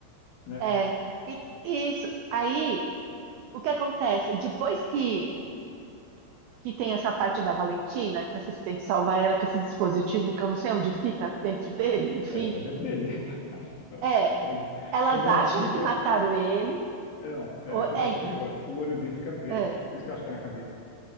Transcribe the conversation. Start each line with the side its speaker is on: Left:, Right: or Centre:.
Left: né?
Right: É, e- isso. Aí, o que acontece? Depois que, que tem essa parte da Valentina, que a assistente salva ela com esse dispositivo que eu não sei onde fica dentro dele, enfim,
Left: É, fica dentro dele. <laughs> Acho que não, acho
Right: é,
Left: que é hoje.
Right: elas
Left: Quando ela
Right: acham
Left: ativa,
Right: que mataram ele.
Left: é, não, é,
Right: ou-
Left: quando
Right: é,
Left: ativa, o olho dele fica preto.
Right: é.
Left: Por isso que eu acho que é na cabeça.